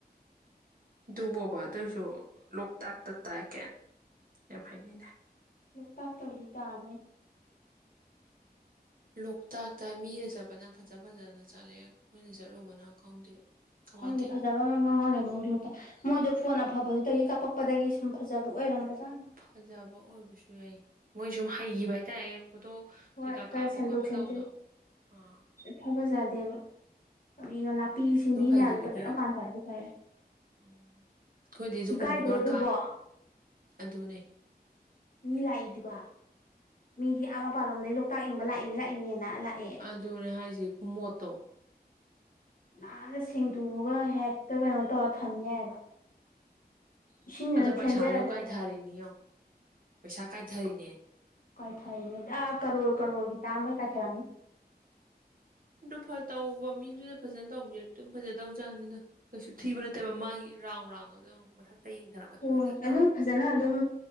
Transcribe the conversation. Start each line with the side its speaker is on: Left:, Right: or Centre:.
Right: ꯑꯗꯨꯐꯕ ꯑꯗꯨꯏꯁꯨ ꯂꯣꯛꯇꯥꯛꯇ ꯇꯥꯏ ꯀꯦ ꯌꯥꯝ ꯍꯥꯏꯅꯤꯅꯦ
Left: ꯂꯣꯛꯇꯥꯛ ꯇꯧꯗꯤ ꯇꯥꯔꯦ
Right: ꯂꯣꯛꯇꯥꯛꯇ ꯃꯤꯅ ꯆꯠꯄꯅ ꯐꯖ ꯐꯖꯅ ꯆꯠꯂꯦ ꯑꯩꯈꯣꯏꯅ ꯆꯠꯂꯨꯕꯅ ꯈꯪꯗꯦ ꯀꯃꯥꯏꯅ
Left: ꯍꯪꯗꯦ
Right: ꯇꯧꯅꯣ
Left: ꯐꯖꯅꯔꯦ ꯃꯣꯏ ꯂ ꯃꯣꯏꯗꯣ ꯐꯣꯟ ꯑꯐꯕꯗꯨꯗꯒꯤ ꯀꯥꯞꯄꯛꯄꯗꯒꯤ ꯁꯨꯝ ꯐꯖꯕ ꯑꯣꯏꯔꯝꯕꯖꯥꯠꯅꯤ
Right: ꯐꯖꯕ ꯑꯣꯏꯕꯁꯨ ꯌꯥꯏ ꯃꯣꯏ ꯁꯨꯝ ꯍꯩꯈꯤꯕ ꯍꯥꯏꯇꯥꯔꯦ ꯐꯣꯇꯣ
Left: ꯍꯣꯏ
Right: ꯀꯩꯀꯥ
Left: ꯈꯔ
Right: ꯀꯥꯞꯄ
Left: ꯁꯦꯝꯗꯣꯛ
Right: ꯈꯣꯠꯄ
Left: ꯁꯦꯝꯗꯦ
Right: ꯇꯧꯕꯗꯣ ꯑꯥ
Left: ꯐꯕꯖꯗꯦꯕ ꯑꯅ ꯅꯥꯄꯤ ꯁꯤꯡꯕꯤ
Right: ꯑꯗꯣ ꯍꯩꯈꯤꯕꯒꯤ
Left: ꯃꯌꯥꯝꯗꯨꯣ ꯐꯖꯅ
Right: ꯎꯝ
Left: ꯄꯥꯟꯊꯔꯒꯁꯨ ꯍꯥꯏꯔꯦ
Right: ꯑꯩꯈꯣꯏꯗꯤ ꯑꯗꯨꯒꯨꯝꯕꯗꯣ
Left: ꯏꯀꯥꯏꯗ꯭ꯔꯣ
Right: ꯈꯔ
Left: ꯑꯗꯨꯕꯣ
Right: ꯀꯥ ꯑꯗꯨꯅꯦ
Left: ꯃꯤ ꯂꯥꯛꯏꯗꯨꯒ ꯃꯤꯗꯤ ꯑꯥ ꯃꯄꯥꯥꯟꯔꯣꯝꯗꯩ ꯂꯣꯛꯇꯥꯛꯅꯤꯡꯕ ꯂꯥꯛꯏꯅꯤ ꯂꯥꯛꯏꯅꯦꯅ ꯂꯥꯛꯑꯦ
Right: ꯑꯗꯨꯅꯦ ꯍꯥꯏꯁꯤ ꯈꯨꯃꯣꯠꯇꯣ
Left: ꯅꯥꯟꯅ ꯁꯦꯡꯗꯣꯛꯑꯒ ꯍꯦꯛꯇ ꯀꯩꯅꯣ ꯇꯧꯔ ꯊꯝ ꯌꯥꯏꯑꯕ ꯏꯁꯤꯡ
Right: ꯑꯗ ꯄꯩꯁꯥꯗꯣ
Left: ꯊꯦꯡꯖꯔꯒ
Right: ꯀꯥꯏꯊꯔꯤꯅꯤ
Left: ꯅꯠꯇ
Right: ꯌꯦꯡꯉꯣ ꯄꯩꯁꯥ ꯀꯥꯏꯊꯔꯤꯅꯦ
Left: ꯀꯥꯏꯊꯔꯤꯅꯦ ꯑ ꯀꯔꯣꯔ ꯀꯔꯣꯔꯒꯤ ꯇꯝꯃꯦ ꯀꯥꯏꯊꯔꯅꯤ
Right: ꯑꯗꯨ ꯇꯧꯕ ꯃꯤꯗꯨꯅ ꯐꯖꯅ ꯇꯧꯕꯤꯔꯗꯤ ꯑꯗꯨꯝ ꯐꯖ ꯇꯧꯖꯥꯅꯤꯅ ꯀꯩꯁꯨ ꯊꯤꯕ ꯅꯠꯇꯦꯕ ꯃꯥꯒꯤ ꯔꯥꯎꯟ ꯔꯥꯎꯟꯒꯣꯗ ꯃꯊꯛꯇ ꯌꯦꯡꯊꯔꯛꯄꯅꯦꯕ
Left: ꯍꯣꯏ
Right: ꯐꯖꯗ꯭ꯔꯥ
Left: ꯑꯗꯨ ꯐꯖꯅ ꯑꯗꯨꯝ